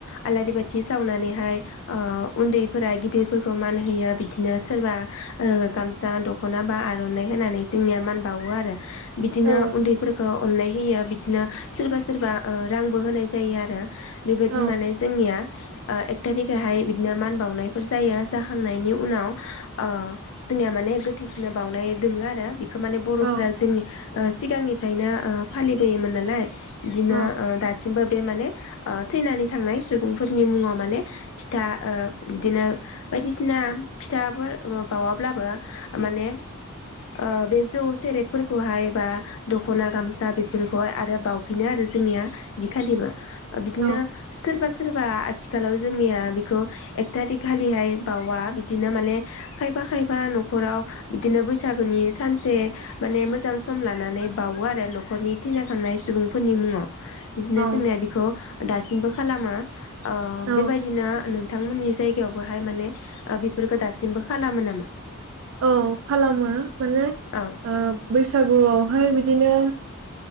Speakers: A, on the left; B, on the right.
A: आलारि बाथि सावनानैहाय ओ उन्दैफोरा गिदिरफोरखौ मान होयो बिदिनो सोरबा ओ गामसा दखना बा आरनाइ होनानै जोंनिया मान बा बावो आरो बिदिनो
B: औ
A: उन्दैफोरखौ अननाय होयो बिदि सोरबा सोरबा ओ रांबो होनाय जायो आरो बेबादिनो
B: औ
A: जोंनिया ओ एक तारिख आव हाय मान बावनायफोर जायो जाखांनायनि उनाव ओ जोंनिया माने गोथैफोरनो बावनाय दोङो आरो बिखो मान बरफोरा
B: औ
A: जोंनि ओ सिगांनिफ्रायनो ओ फालिबोयोमोन नालाय बिदिनो
B: औ
A: दासिमबो बे माने थैनानै थांनाय सुबुंफोरनि मुङाव माने फिथा बिदिनो बायदिसिना फिथाफोर बावाब्लाबो माने ओ बे जौ सेरेबफोरखौहाय बा दखना गामसा बेफोरखौहाय आरो बाफिनो आरो जोंनिया बिखालिबो बिदिनो
B: औ
A: सोरबा सोरबा आथिखालाव जोंनिया बेखौ एक थारिक खालिहाय बावा बिदिनो माने खायफा खायफा नखराव बिदिनो बैसागोनि सान से माने मोजां सम लानानै बावो आरो नखरनि थैना थांनाय सुबुंफोरनि मुङाव बिदिनो
B: औ
A: जोंनिया बेखौ दासिमबो खालामा ओ
B: औ
A: बेबायदिनो नोंथांमोननि जायगा वबोहाय माने बेफोरखौ दासिमबो खालामो नामा?
B: औ खालामो। माने
A: औ
B: ओ बैसागुआवहाय बिदिनो